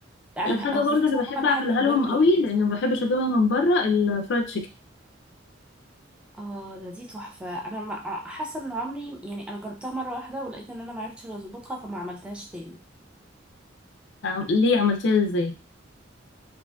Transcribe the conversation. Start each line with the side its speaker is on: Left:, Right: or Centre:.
Centre: لا
Left: الحاجة
Centre: انا بح...
Left: برضو
Centre: خصوصا
Left: اللي بحب
Centre: انا
Left: أعملها
Centre: بحب البرجر
Left: لهم قوي
Centre: اساسا
Left: لأن ما بحبش أجيبها من بره الفرايد تشيكن
Centre: اه ده دي تحفة انا ما- حاسة ان عمري يعني انا جربتها مرة واحدة ولقيت ان انا ما عرفتش اظبطها فما عملتهاش تاني
Left: عم- ليه عملتيها ازاي